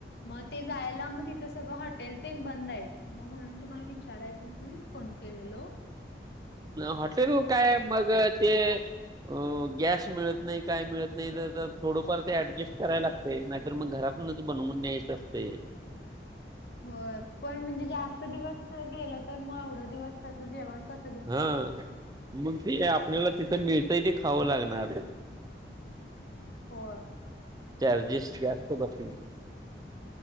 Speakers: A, on the left; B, on the right.
A: मग ते जायला मग तिथं सगळं हॉटेल तेनं बंद आहेत मग म्हणून तुम्हाला विचारायचं म्हणून फोन केलेलो
B: हॉटेल काय मग ते अ गॅस मिळत नाही काय मिळत नाही तर थोडंफार ते ऍडजस्ट करायला लागत तय नाहीतर मग घरातूनच बनवून घ्यायचं असते
A: हो पण म्हणजे जास्त दिवस गेलं तर मग एवढं दिवसाचं जेवण कस
B: हा मग ते आपल्याला तिथं मिळतंय ते खावं लागणार
A: हो
B: चार्जेस जास्त बसणार